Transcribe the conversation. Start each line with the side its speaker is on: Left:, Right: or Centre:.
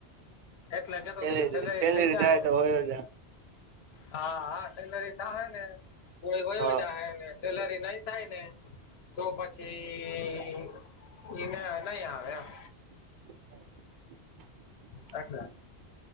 Left: એટલે કેતો
Right: સેલેરી
Left: તો કે સેલરી
Right: સેલેરી
Left: થઈ જાય
Right: થાય
Left: હે
Right: તો વયો જા
Left: હા, હા સેલરી થાહે ને તો એ વયો
Right: હા
Left: જાહે ને સેલરી નઈ થાયને, તો પછી ઉ ઈના નઈ આવે એમ.
Right: <inaudible>
Left: એટલે